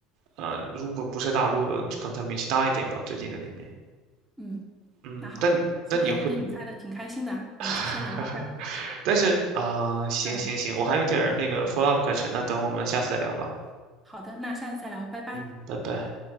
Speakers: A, on the right; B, in the centre.
A: 呃，如果不是大陆的，就可能他名气大一点吧，最近的里面。
B: 嗯，
A: 嗯，
B: 那好，
A: 但但你会
B: 今天跟你猜的挺开心的，我们就先聊到这儿。
A: <laughs>，但是嗯，行行行，
B: 嗯。
A: 我还有点儿那个 follow up 课程，那等我们下次再聊吧。
B: 好的，那下次再聊，拜拜。
A: 嗯，拜拜。